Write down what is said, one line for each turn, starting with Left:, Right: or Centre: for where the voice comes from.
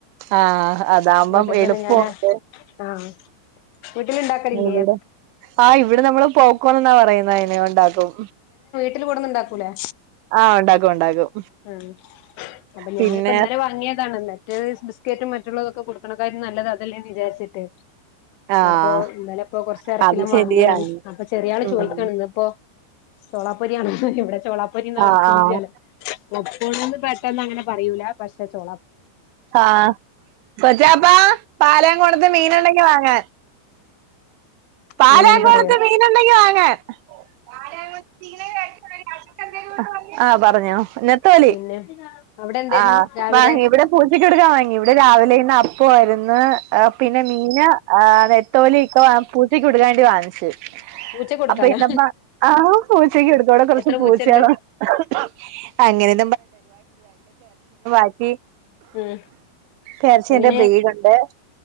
Right: ആഹ അതാകുമ്പം
Left: വീട്ടിൽ
Right: എളുപ്പുണ്ട്.
Left: തന്നെ ഞാനാ ആഹ് വീട്ടിലുണ്ടാക്കലില്ലേ
Right: ഇവിടെ ആഹ് ഇവിടെ നമ്മള് പോപ്‌കോൺ എന്നാ പറയുന്നേ അയിനോണ്ടാകും
Left: ടന്നുണ്ടാക്കൂലേ?
Right: ആഹ ഉണ്ടാക്കും ഉണ്ടാക്കും.
Left: ഉം അപ്പൊ ഞാനിപ്പൊ
Right: പിന്നെ
Left: ഇന്നലെ വാങ്ങിയതാണ്. ന്നട്ട് ബിസ്ക്കേറ്റും മറ്റുള്ളതൊക്കെ കൊടുക്കണ <unintelligible> നല്ലത് അതെല്ലന്ന് വിചാരിച്ചിട്ട്
Right: ആഹ്
Left: അപ്പൊ ഇന്നലെപ്പോ കൊറച്ചരക്കിലോം
Right: അത് ശരിയാണ്
Left: വാങ്ങിയതാണ്. അപ്പൊ ചെറിയ ആള്
Right: ഉം
Left: ചോയ്ക്കാണ് ഇന്ന്പ്പോ ചോളാപ്പൊരി ആണ്. ഹ് ഇവിടെ ചോളാപ്പൊരിന്നാപറച്ചില്
Right: ആഹ് ആഹ്
Left: ജല പോപ്‌കോണ്‌ന്ന് പെട്ടെന്ന് അങ്ങനെ പറയൂല പക്ഷെ ചോ
Right: ആഹ കൊച്ചാപ്പാ പാലേംകോടത്ത് മീനൊണ്ടെങ്കി വാങ്ങാൻ. പാലാകോറത്തെ
Left: അങ്ങനെയാണ് പറയാറ്
Right: മീനൊണ്ടെങ്കി വാങ്ങാൻ ഹ് <unintelligible> സിഗ്‌നൽ ക ആഹ പറഞ്ഞോ നെത്തോലി
Left: പിന്നെ അവിടെ എന്തായിരുന്നു
Right: ആ
Left: രാവിലെ
Right: വാങ്ങി ഇവിടെ പൂച്ചയ്ക്ക് കൊടുക്കാൻ വാങ്ങി. ഇവിടെ രാവിലെ ഇന്ന് അപ്പവായിരുന്ന്. ന്ന് പിന്നെ മീന ആ നത്തോലി ക്ക പൂച്ചക്ക് കൊടുക്കാണ്ടി വാങ്ങി <unintelligible>
Left: പൂച്ച കൊടുക്കാനാ
Right: അപ്പൊ എന്നപ്പ ആ പൂച്ചക്കെടുത്തോടെ കുറച്ച്
Left: എത്ര
Right: പൂച്ചയാണോ
Left: പൂച്ചണ്ട്
Right: ഹ് ഹ് ഗ്ഹ് ഗഹ് അങ്ങനെ <unintelligible>
Left: ആഹ്
Right: പേർഷ്യന്റെ
Left: എങ്ങനെ
Right: ബ്രീഡുണ്ട്